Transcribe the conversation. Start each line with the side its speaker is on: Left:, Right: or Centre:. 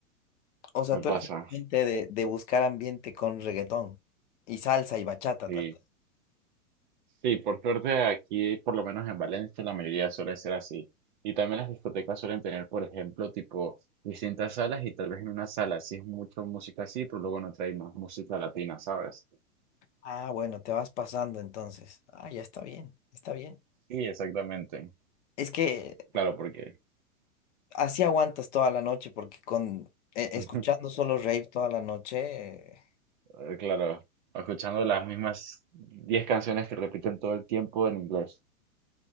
Left: O sea,
Right: Me
Left: tú eres
Right: pasa.
Left: realmente de, de buscar ambiente con reggaetón y salsa y bachata,
Right: Sí.
Left: tal vez.
Right: Sí, por suerte aquí, por lo menos en Valencia, la mayoría suele ser así. Y también las discotecas suelen tener, por ejemplo, tipo distintas salas y tal vez en una sala sí es mucho música así, pero luego no trae más música latina, ¿sabes?
Left: Ah, bueno, te vas pasando entonces. Ah, ya está bien, está bien.
Right: Sí, exactamente.
Left: Es que
Right: Claro, porque,
Left: Así aguantas toda la noche porque con e- escuchando
Right: <laughs>
Left: solo rave toda la noche. eh,
Right: eh, claro, escuchando las mismas 10 canciones que repiten todo el tiempo en inglés.